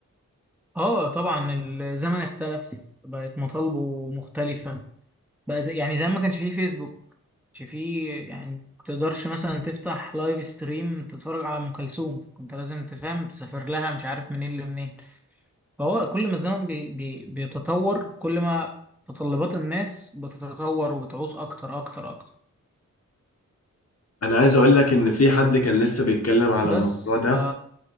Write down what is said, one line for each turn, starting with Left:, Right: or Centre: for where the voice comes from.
Centre: اه طبعا الزمن اختلف بقت مطالبه مختلفه بقى زي... يعني زي ما كانش فيه فيسبوك ما كانش فيه يعني ما تقدرش مثلا تفتح لايف ستريم تتفرج على ام كلثوم كنت لازم تفهم تسافر لها مش عارف منين لمنين فهو كل ما الزمن بي بي بيتطور كل ما متطلبات الناس بتتطور وبتعوز أكتر أكتر أكتر
Left: انا عايز اقول لك ان في حد كان لسه بيتكلم على
Centre: بس
Left: الموضوع ده
Centre: ف